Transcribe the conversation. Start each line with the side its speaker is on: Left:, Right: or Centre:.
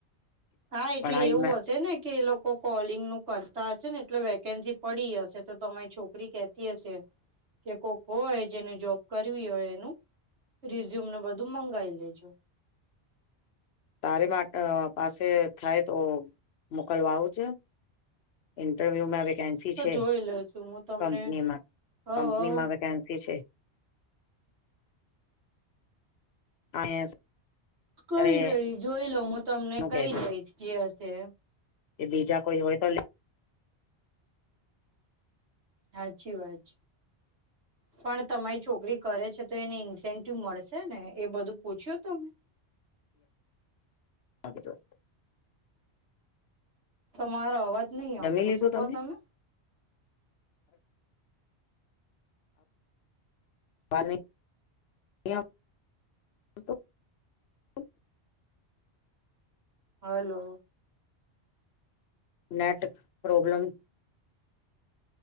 Right: હા એટલે
Left: પઢાઈમાં
Right: એવું હશે ને કે એ લોકો કોલિંગ નું કરતા હશે ને એટલે વેકેન્સી પડી હશે તો તમારી છોકરી કેતી હશે. કે કોક હોય જેને જોબ કરવી હોય એનું. રિઝ્યુમને બધું મંગાઈ લેજો.
Left: તારે માટે પાસે થાય તો મોકલવા આવું છે. ઇન્ટરવ્યુ મે વ વેકેન્સી
Right: તો
Left: છે
Right: જોઈ લેશું હું તમને
Left: કંપનીમાં
Right: હવ
Left: કંપનીમાં
Right: હવ
Left: વેકેન્સી છે. <inaudible>
Right: કઈ
Left: સરે
Right: નહી જોઈ લઉ હું તમને
Left: એનું
Right: કઈ
Left: કધું
Right: દહીશ જે હશે
Left: કે બીજા કોઈ હોય તો
Right: હાચી વાત પણ તમારી છોકરી કરે છે તો એને ઇન્સેન્ટિવ મળશે ને એ બધું પુછ્યું તમે
Left: <inaudible>
Right: તમારો અવાજ નહી આવ
Left: જમી
Right: છો
Left: લીધું
Right: શું
Left: તમને
Right: કહો તમે
Left: <unintelligible>
Right: હલો
Left: નેટ પ્રોબ્લમ